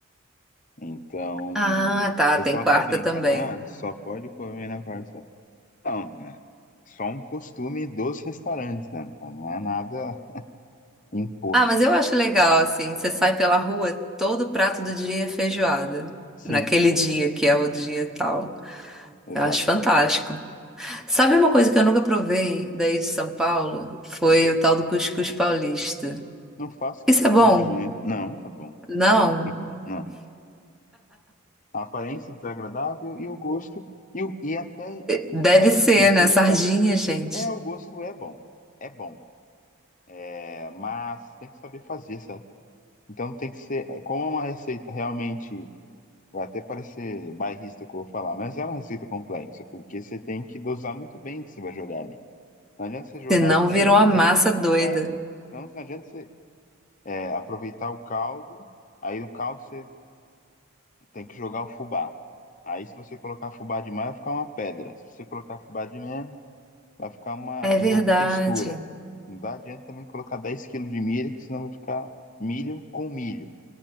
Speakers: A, on the left (about 40°); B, in the centre.
A: Então,
B: Ah,
A: o
B: tá,
A: pessoal
B: tem quarta
A: até brinca,
B: também.
A: né? Ah, só pode comer na quarta. Não, é só um costume dos restaurantes, né? Não é nada imposto.
B: Ah, mas eu acho legal, assim, você sai pela rua, todo prato do dia é feijoada.
A: Sim,
B: Naquele dia que é o dia tal.
A: exato.
B: Eu acho fantástico. Sabe uma coisa que eu nunca provei daí de São Paulo? Foi
A: Ok.
B: o tal do cuscuz paulista.
A: Não faço questão
B: Isso é bom?
A: também. Não, é bom.
B: Não?
A: É bom. Não. A aparência é desagradável e o gosto. E, o- e até.
B: Deve
A: É
B: ser,
A: que assim,
B: né?
A: tem
B: Sardinha,
A: que saber.
B: gente.
A: É, o gosto é bom. É bom. É, mas tem que saber fazer, sabe? Então tem que ser. é, Como é uma receita realmente. Vai até parecer bairrista que eu vou falar, mas é uma receita complexa, porque você tem que dosar muito bem o que você vai jogar ali. Não adianta você jogar
B: Senão
A: dez
B: viram uma
A: dez
B: massa doida.
A: é, não, não adianta você é, aproveitar o caldo, aí o caldo você tem que jogar o fubá. Aí se você colocar fubá demais, vai ficar uma pedra. Se você colocar fubá de menos, vai ficar uma,
B: É
A: não
B: verdade.
A: vai ter textura. Não dá adianta também colocar 10 quilos de milho, que senão vai ficar milho com milho